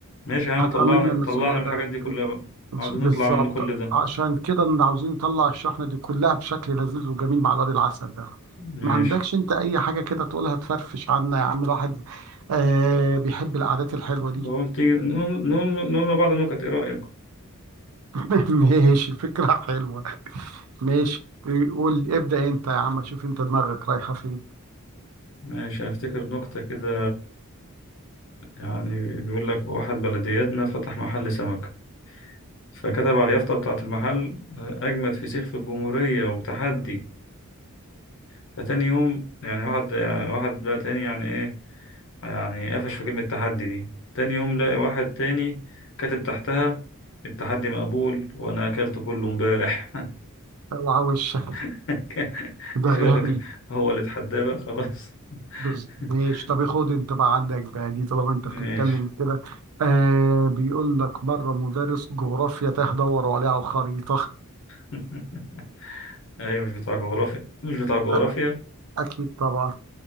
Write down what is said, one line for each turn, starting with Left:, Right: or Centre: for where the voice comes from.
Left: ماشي يا عم
Right: هتحملنا
Left: طلعني
Right: المسؤولية
Left: طلعني من
Right: بدري
Left: الحاجات دي كلها بقى عاوزين
Right: بالظبط
Left: نطلع من كل ده
Right: عشان كده إن عاوزين نطلع الشحنة دي كلها بشكل لذيذ وجميل مع الواد العسل ده
Left: ماشي
Right: ما عندكش انت اي حاجة كده تقولها تفرفش عنا يا عم الواحد آه بيحب القعدات الحلوة دي
Left: بقول تيجي نقول نقول نقول لبعض النكت ايه رأيك
Right: <laughs> ماشي فكرة حلوة ماشي قول ابدأ انت يا عم شوف انت دماغك رايحة فين
Left: ماشي هفتكر نكتة كده يعني بيقول لك واحد بلدياتنا فتح محل سمك فكتب على اليافطة بتاعة المحل أجمد فسيخ في الجمهورية وتحدي فتاني يوم يعني واحد واحد بقى تاني يعني ايه يعني قفش في كلمة تحدي دي تاني يوم لاقي واحد تاني كاتب تحتها التحدي مقبول وانا اكلت كله امبارح
Right: اوعى وشك
Left: <laughs>
Right: ده
Left: شو
Right: غبي
Left: هو اللي اتحداه بقى خلاص
Right: بز...
Left: <laughs>
Right: ماشي طب خد انت بقى عندك بقى دي طالما انت
Left: ماشي
Right: بتتكلم كده آه بيقول لك مره مدرس جغرافيا تاه دوروا عليه على الخريطه
Left: <laughs> ايوه مش بتاع جغرافيا مش بتاع جغرافيا
Right: <laughs> اكيد طبعا